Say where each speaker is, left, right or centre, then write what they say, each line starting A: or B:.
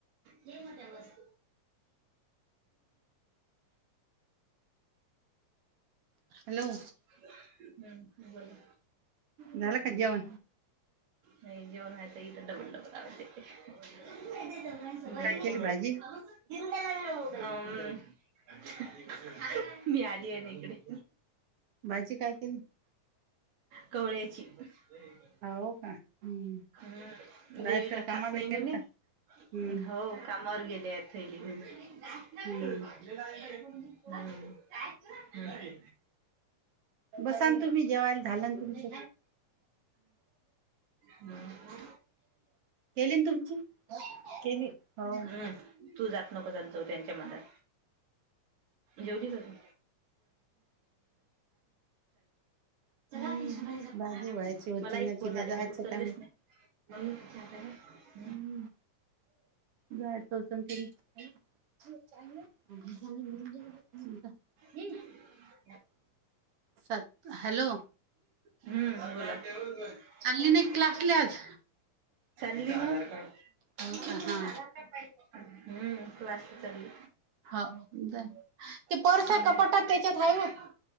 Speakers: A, on the right (about 80°); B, on the right (about 60°).
A: लय मोठ्या वस्तू <inaudible>
B: हॅलो
A: हम् बोला
B: झालं का जेवण
A: नाही जेवण व्हायचंय इथ डबल डबल लागते ते जे दोघांचं बाँडिंग
B: काय
A: हाय..
B: केली भाजी
A: अहो घेऊन जायला आली ना मम्मी.. अं.. ह हं मी आलिये ना इकडे
B: भाजी काय केली
A: कवळेची हं
B: हो का हम्म.
A: हम्म
B: रायसर
A: देवी का
B: कामाला
A: खात नाही
B: गेल
A: म्हणे...
B: का हम्म
A: खावा ओ कामावर गेलेत थैली घ्युन
B: हम्म
A: लय लागलंय अं <inaudible> काय
B: बसान तुम्ही जेवायला झालान तुमच
A: हम्म
B: केली ना तुमची केली हो
A: हम्म तू जात नको जात जाऊ त्यांच्या मधात जेवली का तू?
B: हम्म
A: चला फ
B: भाजी
A: आ
B: व्हायची होती
A: मलाही
B: ना
A: फोन
B: तिला
A: आले
B: जायचं
A: मी उचललेच
B: काय मग
A: नाही मम्मी च्या हाताने.
B: हम्म, झाड लोटन ते हं काय म्हणू जाय म्हणल्याव जा <unintelligible>
A: हम्म <inaudible>
B: सात, हॅलो.
A: हम्म बोला,
B: चालली
A: <unintelligible>
B: नाही क्लासले आज
A: चाली म.
B: हो
A: हम्म
B: का हा
A: अं क्लासला चालली.
B: हो जा ते पर्स
A: त्याच्यावर
B: आहे कपाटात
A: पाय
B: त्याच्यात
A: टाकतायसा
B: आहे
A: काय
B: व
A: बाबा..